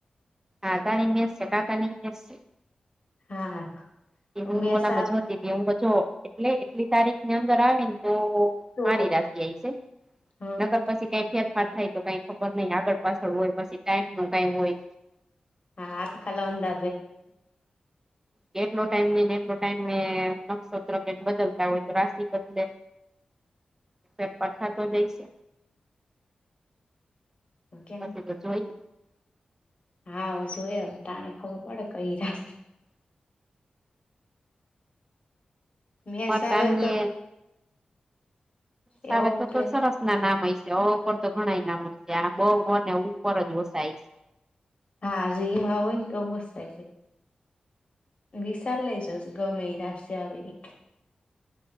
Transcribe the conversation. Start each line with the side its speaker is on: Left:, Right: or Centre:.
Right: હાધારી મેસશે કાકાની મેસ છે,
Left: હા
Right: એવું
Left: મેષા
Right: ઓલા મજ હ તો જો એટલે એટલી તારીખની અંદર આવી ને તો
Left: તો
Right: મારી રાખ આય છે,
Left: હા
Right: નગર
Left: હા
Right: પછી કઈ ફેરફાર થાય તો કઈક ખબર નહ આગળ પાછળ હોય પછી ટાઈમ ન કઈ હોય.
Left: હા આત કલાવંદદે
Right: કેટલો ટાઈમ નઈ ને એટલો ટાઈમ નક્ષત્ર કેક બદલતા હોય તો રાશિ બદલે એક પઠાતો દઈશે
Left: ને કેમ
Right: પછી તો જોઈ
Left: હા અ શું અમ તને ખબર પડે કઈ રા મેસ
Right: અમાર
Left: આવે
Right: આમયે
Left: તો
Right: તાવે
Left: એવો
Right: તલસા
Left: ઉપર
Right: ના નામ મય છે, અ ઉપર તો ઘણા નામ છે, આ બ વ ને ઉપર જ વસાય છે.
Left: હા જે મા હોય તો <unintelligible> વિશાલ લેજ ગમે એ રાસયે આવે એ